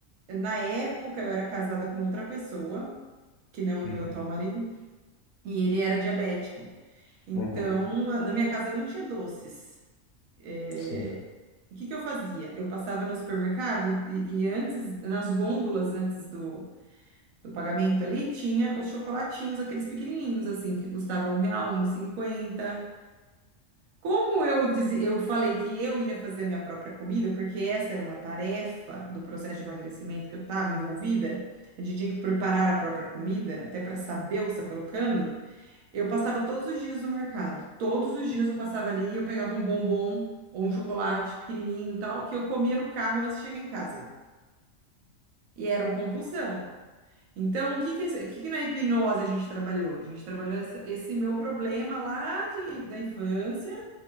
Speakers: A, on the right (about 80°); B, on the left (about 85°).
A: Na época eu era casada com outra pessoa, que não o
B: uhum,
A: meu atual marido, e ele era diabético. Então,
B: uhum,
A: na minha casa não tinha doces. é,
B: sim.
A: E O que que eu fazia? Eu passava no supermercado e, e antes, nas gôndolas antes do, do pagamento ali, tinha os chocolatinhos, aqueles pequenininhos assim, que custavam um real, um e cinquenta. Como eu, dizi- eu falei que eu ia fazer a minha própria comida, porque essa era uma tarefa do processo de emagrecimento que eu estava envolvida, a gente tinha que preparar a própria comida, até para saber o que está colocando, eu passava todos os dias no mercado. Todos os dias eu passava ali e eu pegava um bombom ou um chocolate pequenininho e tal, que eu comia no carro antes de chegar em casa. E era uma compulsão. Então, o que que, esse- o que que na hipnose a gente trabalhou? A gente trabalhou essa- esse meu problema lá de- da infância,